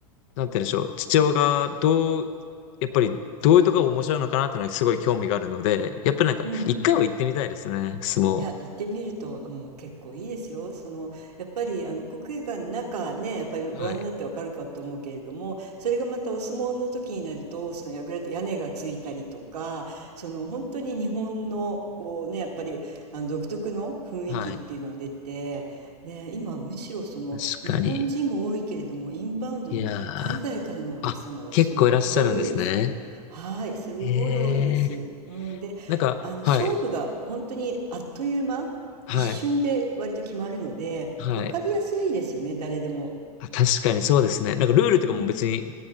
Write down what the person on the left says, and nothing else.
なんて言うんでしょう、父親がどう、やっぱりどういうとこが面白いのかなっていうのはすごい興味があるので、やっぱりなんか一回は行ってみたいですね、
相撲。
はい。
はい。
確かに。
いやー。あ、結構いらっしゃるんですね。
ええ。
なんか、
はい、はい、
はい。
あ、確かにそうですね。なんかルールとかも別に、